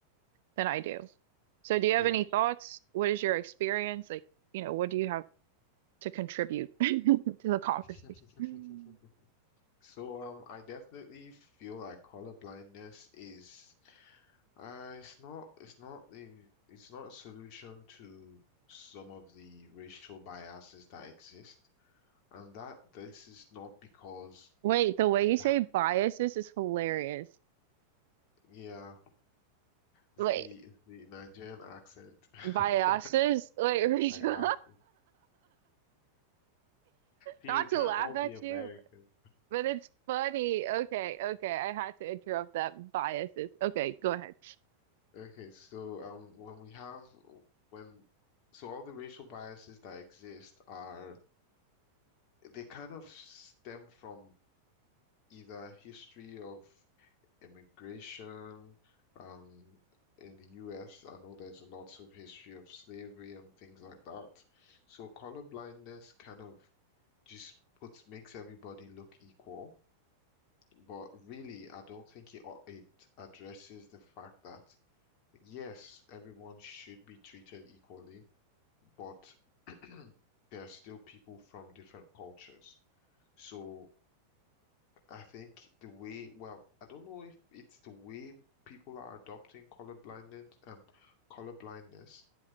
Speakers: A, on the right; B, on the left.
A: than I do. So, do you
B: Yes.
A: have any thoughts? What is your experience? Like, you know, what do you have to contribute <laughs> to the conversation?
B: <laughs> So, um, I definitely feel like color blindness is, uh, it's not, it's not the, it's not a solution to some of the racial biases that exist, and that this is not because
A: Wait, the way
B: it,
A: you say
B: ha-
A: biases is hilarious.
B: yeah. It's
A: Wait,
B: the it's the Nigerian accent. <laughs> I
A: biases? Wait, <laughs> Rachel.
B: asked him. See,
A: not
B: we can't
A: to laugh
B: all
A: at
B: be American.
A: you, but it's funny. Okay, okay, I had to interrupt that. Biases. Okay, go ahead.
B: Okay, so um, when we have when so all the racial biases that exist are they kind of stem from either history of immigration, um, in the US, I know there's lots of history of slavery and things like that. So colorblindness kind of just puts makes everybody look equal. But really, I don't think it it addresses the fact that yes, everyone should be treated equally, but <clears throat> there are still people from different cultures. So I think the way, well, I don't know if it's the way people are adopting colorblindness, um, colorblindness,